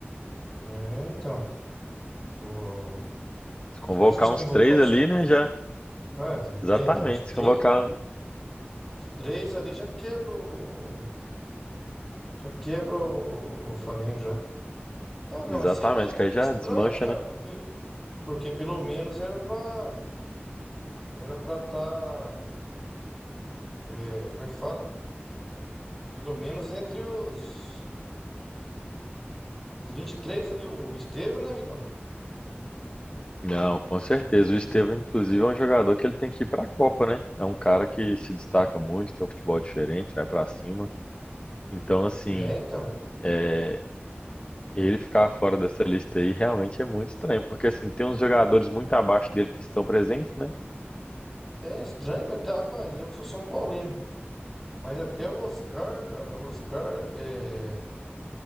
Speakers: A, in the centre; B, on the left.
A: É, então. O...
B: Se convocar
A: você Imagina se
B: uns
A: convocar
B: três ali,
A: os cinco.
B: né, já.
A: Ah, você me-
B: Exatamente,
A: é, então, os três,
B: se convocar.
A: os três ali já quebra o... Já quebra o, o Flamengo já. Então,
B: Exatamente,
A: cara, mas sei lá, porque
B: que aí já
A: é estranho,
B: desmancha,
A: né, cara?
B: né?
A: Porque, porque pelo menos era pra... Era pra tá... é, como é que fala? Pelo menos entre os... Os 23 ali, o Estevão, né, amigão?
B: Não, com certeza. O Estevão, inclusive, é um jogador que ele tem que ir pra Copa, né? É um cara que se destaca muito, tem um futebol diferente, vai pra cima. Então, assim.
A: É, então.
B: é, E Ele ficar fora dessa lista aí realmente é muito estranho, porque assim, tem uns jogadores muito abaixo dele que estão presentes, né?
A: É estranho, mas tá, rapaz, eu sou São Paulino. Mas até o Oscar, cara, o Oscar é,